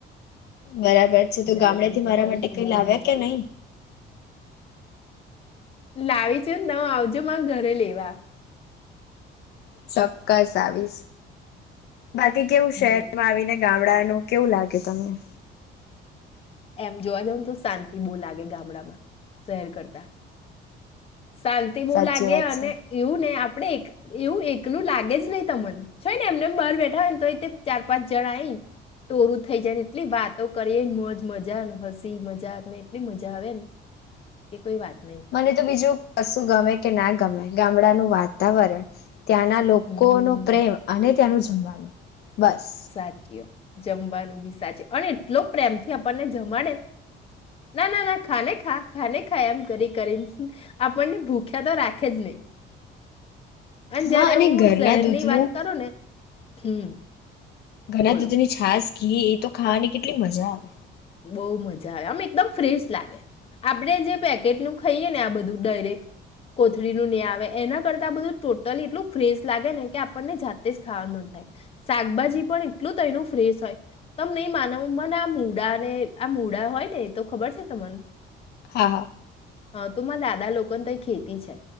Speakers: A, on the left; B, on the left.
A: બરાબર છે તો ગામડેથી
B: આવી એમ
A: મારા
B: તો કહું
A: માટે
B: ને તો
A: કઈ
B: બહુ
A: લાવ્યા
B: જ મજા
A: કે નહી?
B: લાવી છું ન આવજો મારાં ઘરે લેવા.
A: ચોક્કસ આવીશ. બાકી કેવું શહેરમાં
B: બોલો
A: આવીને? ગામડાનું કેવું લાગે તમને?
B: એમ જોવા જઉ તો શાંતિ બહ લાગે ગામડામાં શહેર કરતા. શાંતિ બવ
A: સાચી
B: લાગે
A: વાત
B: અને
A: છે
B: એવું ને આપ આપણે એક એવું એકલું લાગે જ નહીં તમને છે ને એમને બહાર બેઠા હોય ને તો એ ચાર પાંચ જણ આઈને ટોળું થઈ જાય ને એટલી વાતો કરીએને મોજ મજા હસી મજાક ને એટલી મજા આવે ને એ કોઈ વાત નહીં
A: મને તો બીજું કશું ગમે કે ના ગમે ગામડાનું વાતાવરણ ત્યાંના લોકો
B: હમ
A: નો પ્રેમ અને ત્યાનું જમવાનું બસ
B: સાચી જમવાનું બી સાચે અને એટલો પ્રેમ થી આપણને જમાડે ને ના ના ના. ખાને ખા ખાને ખા એમ કરી કરી આપણને ભૂખ્યા તો રાખે જ નહી અને
A: હા
B: જયારે હું
A: ઘરના
B: શહેરની
A: દૂધનું
B: વાત કરું ને હમ.
A: ઘરના
B: બોલો
A: દૂધ ની છાસ ઘી એ તો ખાવાની કેટલી મજા આવે.
B: બહુ મજા આવે આમ એકદમ ફ્રેશ લાગે આપડે જે પેકેટ નું ખાઈએ ને આ બધું ડાયરેક્ટ કોથળીનું ને આવે એના કરતા આ બધું ટોટલી એટલું ફ્રેશ લાગે ને કે આપણને જાતે જ ખાવાનું મન થાય શાકભાજી પણ એટલું તો એનું ફ્રેશ હોય તમે નહી માનો મને આમ. મડા અને આ મૂડા હોય ને એ તો ખબર છે તમને?
A: હા હા.
B: હા તો મારા દાદા લોકોને તય ખેતી છે